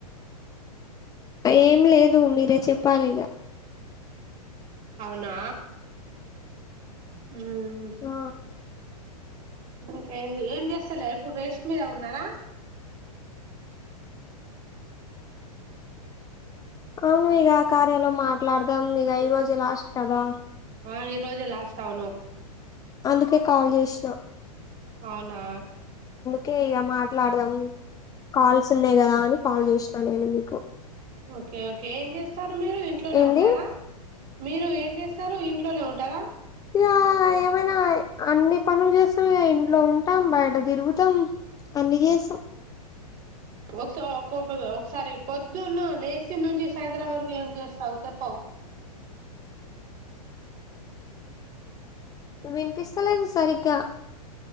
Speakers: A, on the left; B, on the right.
A: ఏం లేదు మీరే చెప్పాలిగా
B: అవునా హ్మ్
A: ఆ
B: ఇంకా ఏంది ఏం చేస్తలే ఇప్పుడు రేస్ట్ మీద ఉన్నారా
A: అవును ఇగ కార్యాలో మాట్లాడదాం ఇగ ఈరోజే లాస్ట్ కదా
B: ఆ ఈరోజే లాస్ట్ అవును
A: అందుకే కాల్ చేసిన
B: అవునా
A: కే ఇగ మాట్లాడదాం కాల్స్ ఉన్నాయి కదా అని కాల్ చేసినా నేను మీకు
B: ఓకే ఓకే ఏం చేస్తారు మీరు ఇంట్లోనే
A: ఏంది
B: ఉంటారా మీరు ఏం చే స్తారు ఇంట్లోనే ఉంటారా
A: ఇగ ఏమైనా అన్ని పనులు చేస్తాం ఇగ ఇంట్లో ఉంటాం బయట తిరుగుతాం అన్ని చేస్తాం
B: ఒకసొ ఒక్కొక్క ఒకసారి పొద్దున్న లేసినుంచి సాయంత్రం వరకు ఏం చేస్తావు చెప్పవ్
A: వినిపిస్తలేదు సరిగ్గా